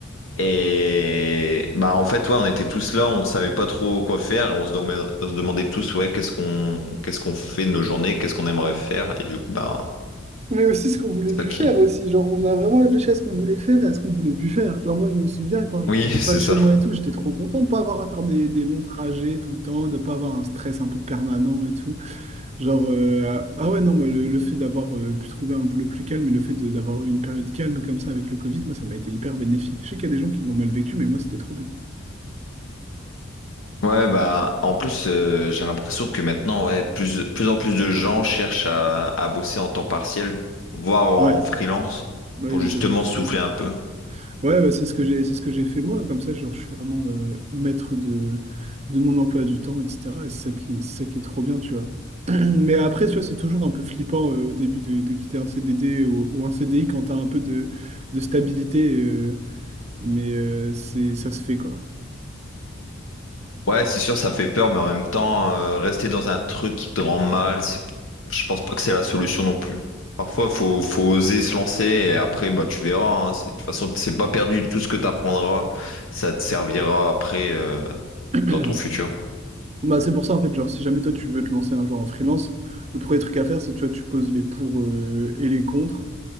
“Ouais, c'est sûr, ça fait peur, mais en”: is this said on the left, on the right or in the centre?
Left